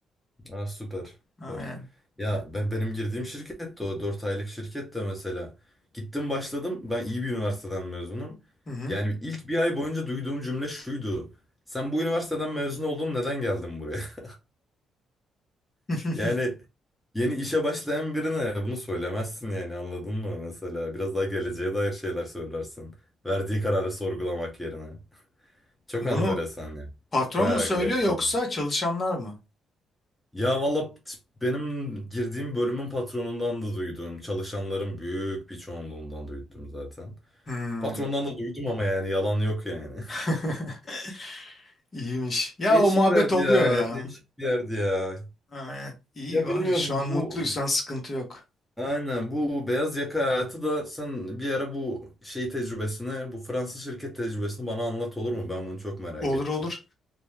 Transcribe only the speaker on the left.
Aynen.
Hı hı.
<laughs>
Bunu
patron
mu söylüyor
yoksa
çalışanlar mı?
Hmm.
<laughs> İyiymiş. Ya
o muhabbet oluyor
ya.
Aynen. İyi
var.
Şu an
mutluysan sıkıntı yok.
Olur
olur.